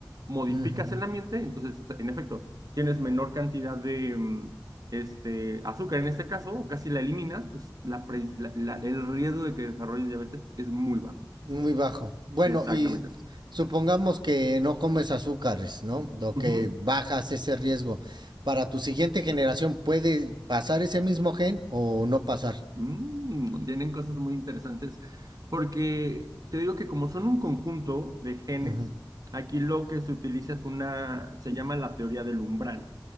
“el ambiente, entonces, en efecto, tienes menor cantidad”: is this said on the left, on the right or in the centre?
Right